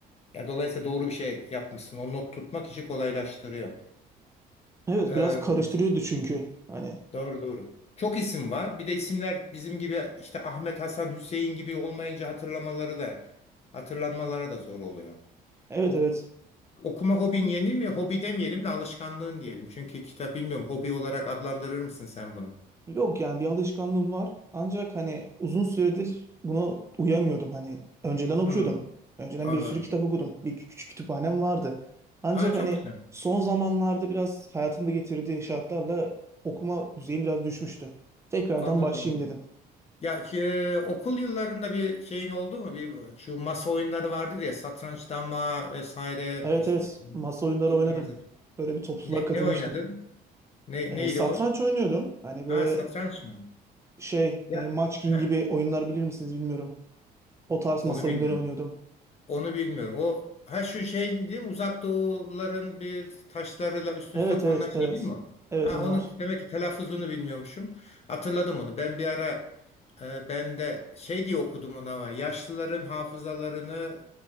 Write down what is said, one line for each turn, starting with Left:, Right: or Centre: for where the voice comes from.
Left: Ya dolayısıyla doğru bir şey yapmışsın. O not tutmak işi kolaylaştırıyor.
Right: Evet
Left: Eee,
Right: biraz karıştırıyordu çünkü. Hani
Left: doğru doğru. Çok isim var. Bir de isimler bizim gibi işte Ahmet, Hasan, Hüseyin gibi olmayınca hatırlamaları da hatırlanmaları da zor oluyor.
Right: evet
Left: Bu
Right: evet.
Left: Okuma hobin yeni mi? Hobi demeyelim de alışkanlığın diyelim. Çünkü kitap bilmiyorum. Hobi olarak adlandırır mısın sen bunu?
Right: Yok yani bir alışkanlığım var. Ancak hani uzun süredir buna uyamıyordum. Hani önceden okuyordum.
Left: Hmm,
Right: Önceden
Left: anladım.
Right: bir sürü kitap okudum. Bir kü- küçük kütüphanem vardı. Ancak
Left: Ha, çok
Right: hani
Left: güzel.
Right: son zamanlarda biraz hayatımda getirdiği şartlarla okuma düzeyim biraz düşmüştü. Tekrardan
Left: Anladım,
Right: başlayayım
Left: anladım.
Right: dedim.
Left: Ya ki e, okul yıllarında bir şeyin oldu mu? Bir şu masa oyunları vardı ya satranç, dama vesaire
Right: Evet
Left: işte
Right: evet masa oyunları
Left: bu
Right: oynadım.
Left: tarzda.
Right: Böyle bir topluluğa
Left: Ne,
Right: katılmıştım.
Left: ne oynadın? Ne,
Right: Ee,
Left: neydi
Right: satranç
Left: o?
Right: oynuyordum. Hani böyle
Left: Ha satranç mı?
Right: şey
Left: Ya
Right: e, Munchkin
Left: ha,
Right: gibi oyunlar bilir misiniz bilmiyorum. O tarz
Left: onu
Right: masa
Left: bilmiyorum.
Right: oyunları oynuyordum.
Left: Onu bilmiyorum. O ha şu şey değil mi? Uzak Doğuların bir taşlarıyla üst
Right: Evet
Left: üste konulan
Right: evet
Left: şey
Right: evet.
Left: değil mi? o?
Right: Evet
Left: Ha
Right: onlar.
Left: onu demek ki telaffuzunu bilmiyormuşum. Hatırladım onu. Ben bir ara e, ben de şey diye okudum onu ama yaşlıların hafızalarını